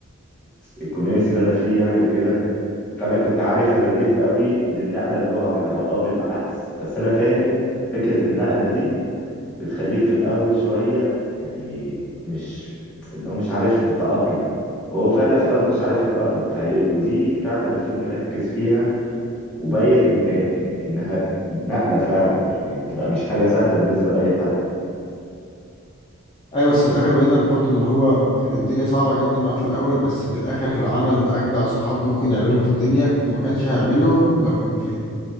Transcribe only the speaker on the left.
ايوه بس في الاخر باين لك برضو ان هو كانت الدنيا صعبة جدا معاه في الاول بس في الاخر عمل اجدع صحاب ممكن يعملهم في الدنيا وما كانش هيعملهم لو كان في